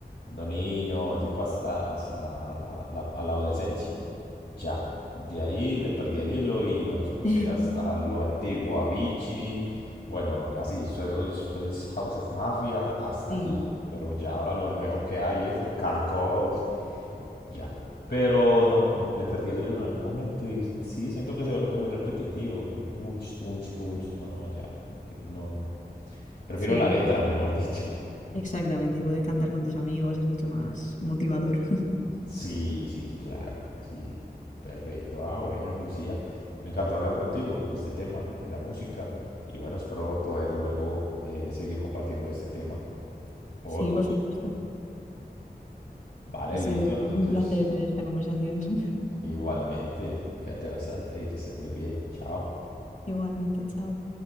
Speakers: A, on the left; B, on the left.
A: Cuando niño, tipo hasta, hasta la, la- a la adolescencia. Ya, de ahí le perdí el hilo y bueno, escuché
B: <laughs>
A: hasta lo antiguo, Avicii, bueno, así, Swedish, Swedish House of Mafia, hasta
B: Sí,
A: ahí. Pero ya ahora lo nuevo que hay, eso, Carl Cox, ya. Pero no, le perdí el hilo en algún momento y sí, siento que se vuelve como muy repetitivo, el punch, punch, punch, no, ya, como que no, no. Prefiero
B: sí,
A: la letra, mejor dicho.
B: exactamente. Poder cantar con tus amigos es mucho más motivador. <laughs>
A: Sí, sí, claro, sí. Perfecto. Ah, bueno, Lucía, me encantó hablar contigo de este tema, de la música, y bueno, espero poder luego eh, seguir compartiendo este tema o
B: Sí,
A: otros.
B: por supuesto.
A: Vale,
B: Ha sido
A: listo, entonces,
B: un placer tener esta conversación. <laughs>
A: igualmente, cuídate bastante y que estés muy bien. Chao.
B: Igualmente, chao.